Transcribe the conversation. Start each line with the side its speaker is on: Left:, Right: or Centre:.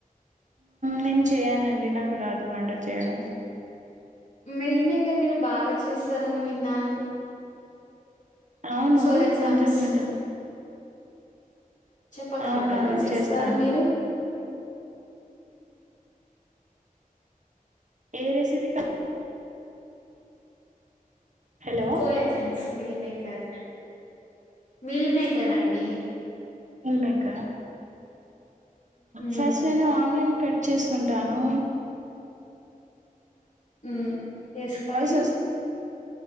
Right: నేను చేయనండి నాకు రాదు వంట చేయడం
Left: మెల్ మేకర్ మీరు బాగా చేస్తారని విన్నాను
Right: అవును
Left: సోయా చాంక్స్
Right: కొంచం కొంచం
Left: చెప్పగలరా
Right: అవునవును
Left: ఎలా చేస్తారో
Right: చేస్తాను
Left: మీరు
Right: ఏ recipe hello
Left: soya chunks meal maker meal maker అండి
Right: మిల్మేకర
Left: ఉమ్
Right: ఫస్ట్ నేను ఆనియన్ కట్ చేసుకుంటాను
Left: ఉ చేసుకొని
Right: వాయిస్